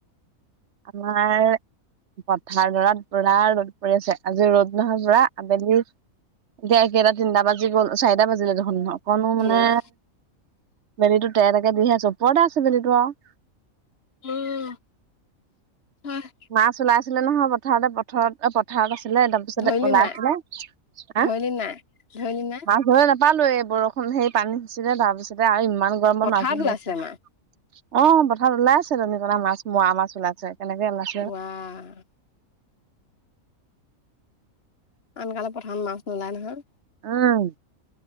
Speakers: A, on the right; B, on the left.
A: আমাৰ পথাৰ দৰাত পুৰা ৰ'দ পৰি আছে, আজি ৰ'দ নহয় পুৰা আবেলি এতিয়া কেইটা, তিনিটা বাজি গ'ল, চাৰিটা বাজিলে দেখোন ন' অকনো
B: উম
A: মানে বেলিটো তে তেকে দিহে আছে, ওপৰতে আছে বেলিটো আৰু।
B: উম, হয়।
A: মাছ লাইছিলে নহয় পথাৰতে, পথাৰত পথাৰত আছিলে একদম। পিছতে
B: ধৰিলি
A: ওলাই
B: নাই
A: আছিলে হা,
B: ধৰিলি নাই ধৰিলি নাই
A: মাছ ধৰিয়ে না পা লৈ এ, বৰষুণ সেই পানী দিছিলে, তাৰপিছতে আৰু ইমান গৰমত
B: পথাৰত
A: নাজো
B: ওলাইছে
A: অ'
B: মাছ
A: পথাৰত ওলাই আছে দনীকনা মাছ, মৰা মাছ ওলাইছে, কেনেকে ওলাই
B: ৱাহ। আমি থাকিলে পথাৰত মাছ নোলায় নহয়।
A: উম,